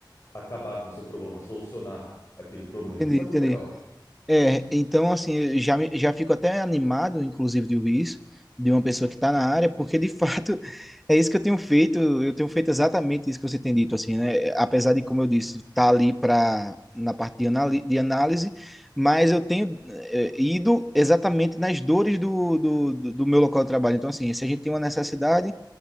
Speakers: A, on the left (about 35°); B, in the centre.
A: acabar com o seu problema, para solucionar aquele problema.
B: Entendi,
A: Isso é
B: entendi.
A: muito legal.
B: É, então, assim, eu já, me- já fico até animado, inclusive, de ouvir isso, de uma pessoa que está na área, porque, de <laughs> fato, é isso que eu tenho feito, eu tenho feito exatamente isso que você tem dito, assim, né? Apesar de, como eu disse, estar tá ali pra, na parte de, anali- de análise, mas eu tenho eh, ido exatamente nas dores do, do, do do meu local de trabalho. Então, assim, se a gente tem uma necessidade,